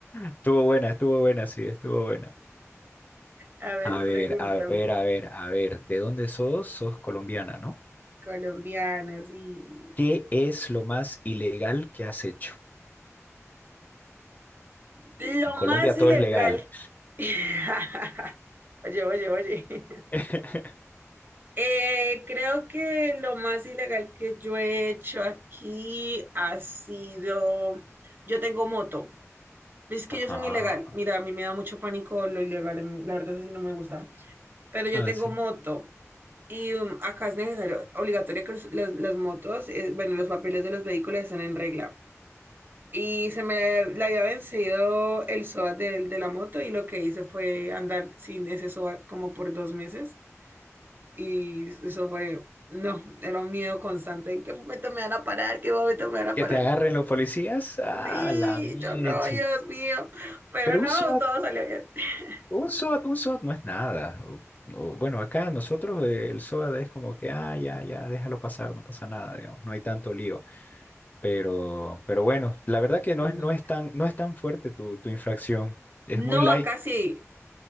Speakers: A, on the left (about 35°); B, on the right (about 40°).
A: Estuvo buena, estuvo buena, sí, estuvo buena.
B: A ver,
A: A ver,
B: pregúntame.
A: a ver, a ver, a ver, ¿de dónde sos? Sos colombiana, ¿no?
B: Colombianas, sí.
A: ¿Qué es lo más ilegal que has hecho?
B: Lo
A: En Colombia
B: más ilegal.
A: todo es legal.
B: <laughs> Oye, oye, oye. <laughs>
A: <laughs>
B: Eh, creo que lo más ilegal que yo he hecho aquí ha sido, yo tengo moto. Es que
A: Ajá.
B: yo soy muy ilegal. Mira, a mí me da mucho pánico lo ilegal. a mí- La verdad, eso sí no me gusta. Pero yo
A: Ah,
B: tengo
A: sí.
B: moto. Y um, acá es necesario, obligatorio que los- las las motos, eh, bueno, los papeles de los vehículos estén en regla. Y se me le había vencido el SOAT de, de la moto y lo que hice fue andar sin ese SOAT como por dos meses. Y eso fue, no, era un miedo constante. ¿En qué momento me van a parar? ¿Qué momento me van a
A: Que
B: parar?
A: te agarren los policías. Ah,
B: Sí,
A: la mieche.
B: yo no, Dios mío. Pero
A: Pero
B: no,
A: un SWAT
B: todo salió bien. <laughs>
A: Un SOAT, un SOAT no es nada. O- o, bueno, acá nosotros eh, el SOAT es como que, ah, ya, ya, déjalo pasar, no pasa nada, digamos, no hay tanto lío. Pero, pero bueno, la verdad que no
B: No,
A: es, no
B: acá
A: es tan,
B: sí.
A: no es tan fuerte tu, tu infracción. Es
B: No,
A: muy light.
B: acá sí.